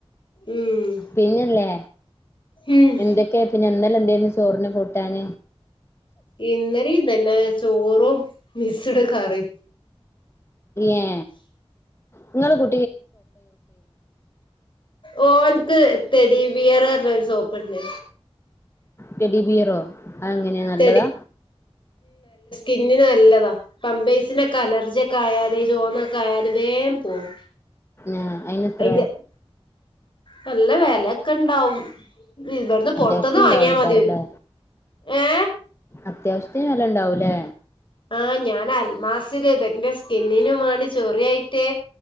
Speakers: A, on the left (about 55°); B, on the left (about 25°).
A: ഉം
B: പിന്നെല്ലേ
A: ഉം
B: എന്തൊക്കെയ പിന്നെ ഇന്നലെ <inaudible>
A: ഇന്നലി. തന്നെ ചോറോും മിസട കറി
B: എ നിങ്ങൾ കു
A: ഓ നിക്ക് ടെഡി ബിയർപറഞ്ഞ ഒരു സോപ്പുണ്ട്
B: തെടി ബിയറോ അതെങ്ങനെ
A: <unintelligible>
B: നല്ലതാ
A: ഇതിന്അലർജിയൊക്കെ ആയല് <unintelligible> ആയാല വേം പോവും
B: ഏഹ് അയിനെത്ര
A: അയിന്റെ നല്ല വിലൊക്കെ ഇണ്ടാവും ഇവിടുന്ന്
B: അത്യാവശ്യത്തിന്
A: പുൊറത്തന്ന് വാങ്ങിയാ
B: ഇണ്ടാവോയ്ക്കാരല്ലേ
A: മതി ഏ
B: അത്യാവശ്യ വില ഉണ്ടാവൂല്ലേ
A: ആഞാൻ അൽമാസിൽ ബന്റെ സ്കിന്നിനും വേണ്ടി ചോറിയായിട്ട്